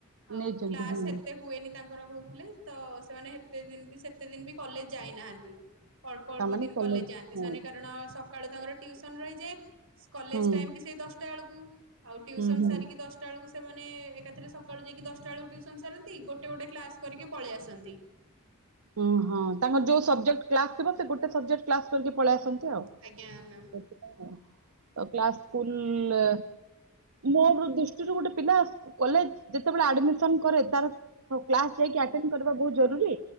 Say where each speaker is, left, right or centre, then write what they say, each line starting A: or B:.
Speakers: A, on the right; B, on the right.
A: ଆଉ
B: ନେଇଛନ୍ତି
A: କ୍ଲାସ
B: ହୁଁ
A: ହେତେ ହୁଏନି ତାଙ୍କର କୋହୁଥିଲେ ତ ସେମାନେ ହେତେ ଦିନ ବି ସେ ଏତେ ଦିନି ବି କଲେଜ ଯାଇନାହାନ୍ତି ଅଳ୍ପ ଅଳ୍ପ
B: ତାମାନେ
A: ଦିନ କଲେଜ ଯାଆନ୍ତି
B: ହଁ
A: ସେମାନେ କାରଣସ ସକାଳୁ ତାଙ୍କର ଟିଉସନ୍ ରହିଯାଏ କଲେଜ
B: ହୁଁ
A: ଟାଇମ୍ ବି ସେଇ ଦଶଟା ଆଳକୁ ଆଉ ଟିଉସନ୍
B: ହୁଁ ହୁଁ।
A: ସାରିକି ଦଶ ଦଶଟା ଆଳକୁ ସେମାନେ ଏକାଥରେ ସକାଳୁ ଯାଇକି ଦଶଟା ବେଳକୁ ଟୁଉସନ ସାରନ୍ତି ଗୋଟେ ଗୋଟେ କ୍ଲାସ କରିକି ପଳେଇ ଆସନ୍ତି।
B: ଓ ହଁ ତାଙ୍କର ଯୋଉ ସବଜେକ୍ଟ କ୍ଲାସ ଥିବ ସେ ଗୋଟେ ସବଜେକ୍ଟ କ୍ଲାସ କରିକି ପଳେଇ ଆସନ୍ତି। ଏମିତି
A: ଆଜ୍ଞା ମ୍ୟାମ୍।
B: ଆଉ ସେଥିପାଇଁ ହଁ ତ କ୍ଲାସ ସ୍କୁଲଲେ ମୋରୋ ଦୃଷ୍ଟିରୁ ଗୋଟେ ପିଲା କଲେଜ ଯେତେବେଳେ ଆଡମିସନ କରେ ତାର ହଉ କ୍ଲାସ ଯାଇକି ଆଟେନ୍ କରିବା ବୋହୁତ ଜରୁରୀ